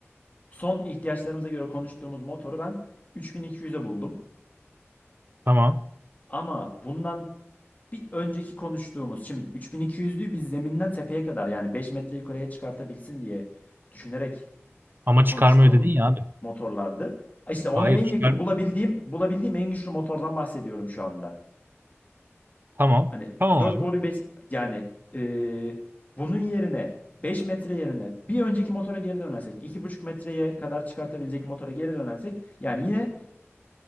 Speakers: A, on the left; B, on the right.
A: Son ihtiyaçlarımıza göre konuştuğumuz motoru ben 3200'e buldum.
B: Tamam.
A: Ama bundan bir önceki konuştuğumuz şimdi 3200'lüyü biz zeminden tepeye kadar yani 5 metre yukarıya çıkartabilsin diye düşünerek
B: Ama
A: konuştuğumuz
B: çıkarma ödedin ya abi.
A: motorlardı. İşte ona
B: Hayır
A: en
B: çıkar.
A: yakın bulabildiğim bulabildiğim en güçlü motordan bahsediyorum şu anda.
B: Tamam.
A: Hani
B: Tamam
A: 4 boruyu
B: abi.
A: 5 yani eee, bunun yerine 5 metre yerine bir önceki motora geri dönersek iki buçuk metreye kadar çıkartabilecek motora geri dönersek yani yine